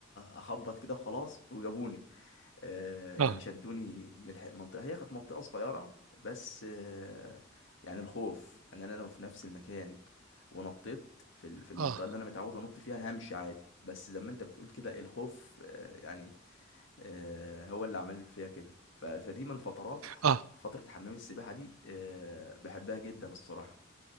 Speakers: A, on the left (about 60°); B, on the right (about 85°).
A: اخبط كده وخلاص وجابوني آه، يعني
B: آه
A: شدوني من الح- المنطقه هي كانت منطقه صغيره بس آه، يعني الخوف ان انا لو في نفس المكان ونطيت في ال- في المنطقه
B: آه
A: اللي انا متعود انط فيها همشي عادي بس زي ما انت بتقول كده الخوف آه، يعني آه، هو اللي عمل فيها كده ف- فدي من فترات ح-
B: آه
A: فترة حمام السباحة دي آه، بحبها جدا الصراحة